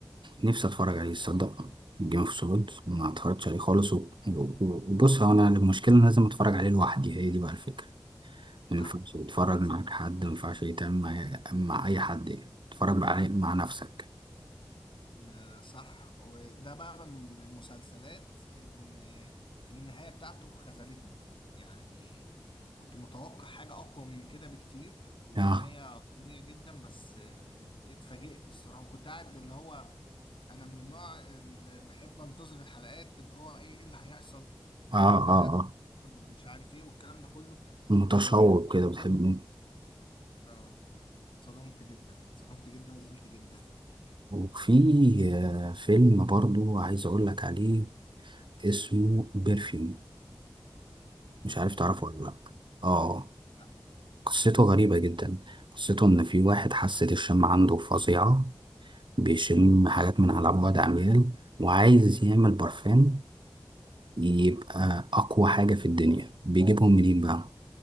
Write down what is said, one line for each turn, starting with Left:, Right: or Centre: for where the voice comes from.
Right: نفسي اتفرج عليه تصدق جيم اوف ثرونز ما اتفرجتش عليه خالص و- و- وبص هو انا المشكله إن أنا لازم اتفرج عليه لوحدي هي دي بقى الفكره ما
Left: <laughs>
Right: ينفعش تتفرج
Left: للأسف
Right: معاك حد ما ينفعش يتعمل مع مع أي حد يعني تتفرج مع مع نفسك
Left: ب- صح وده بقى من المسلسلات ان النهاية بتاعته خذلتني يعني كنت متوقع حاجة أقوى من كده بكتير ونهاية
Right: آه
Left: قوية جدا بس آه، اتفاجئت الصراحة وكنت قاعد اللي هو أنا من النوع اللي بحب أنتظر الحلقات اللي هو إيه إيه اللي هيحصل
Right: آه
Left: آه،
Right: آه
Left: وحلقات
Right: آه
Left: تتفرج ومش عارف إيه والكلام ده كله
Right: متشوق
Left: آه، فاتصدمت
Right: كده بتحب
Left: اه اتصدمت جدا اتصدمت جدا وزعلت جدا
Right: وفي آه، فيلم برضو عايز أقول لك عليه اسمه بيرفيوم مش عارف
Left: <laughs>
Right: تعرفه
Left: مم.
Right: ولا لأ آه
Left: لا
Right: قصته غريبة جدا قصته إن في واحد حاسة الشم عنده فظيعة بيشم
Left: مم.
Right: حاجات من على بعد عميال وعايز يعمل برفان يبقى أقوى حاجة في الدنيا بيجيبهم منين بقى؟